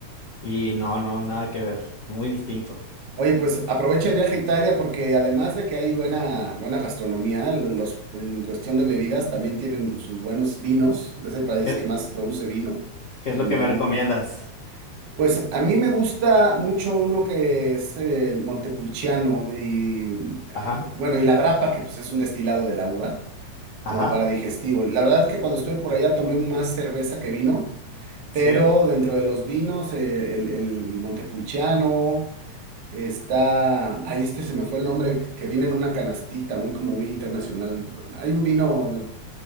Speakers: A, on the left; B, on the right.
A: y no, no, nada que ver, muy distinto.
B: Oye, pues aprovecha el viaje a Italia porque además de que hay buena, buena gastronomía, los, en cuestión de bebidas también tienen sus buenos vinos. Es el país
A: ¿Qué,
B: que más produce vino
A: qué
B: en
A: es lo que
B: el
A: me
B: mundo.
A: recomiendas?
B: Pues a mí me gusta mucho uno que es eh, Montepulciano y eh,
A: Ajá,
B: bueno, y la grapa, que pues es un destilado de la uva, como
A: ajá,
B: para digestivo. La verdad que cuando estuve por allá tomé más cerveza que vino, pero
A: sí.
B: dentro de los vinos, eh, el, el Montepulciano está, ahí este se me fue el nombre, que viene en una canastita, muy como muy internacional. Hay un vino